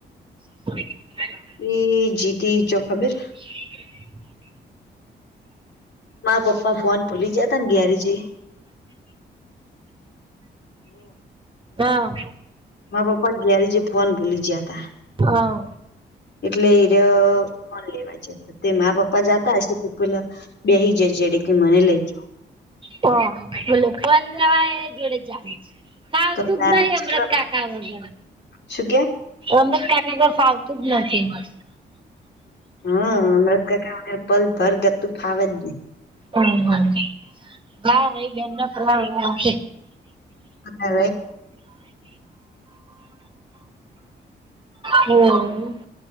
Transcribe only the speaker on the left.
એ જીતી ચોક ખબર?
મારા પપ્પા ફોન ભૂલી ગયા જ્યાં તાન ઘરે જે
મા પપ્પા ગેરેજે ફોન ભૂલી જ્યાં તા.
એટલે એરીયો ફોન લેવા જ્યાં. તે મા પપ્પા જાતા હશે તો પેલા બેસી જાય જેડ કે મને લઈ જ
તો
તાર
જેટલો
શું કે
હા અમૃતકાકા વગર પલ ભર ગતું ફાવેજ ને.
<unintelligible>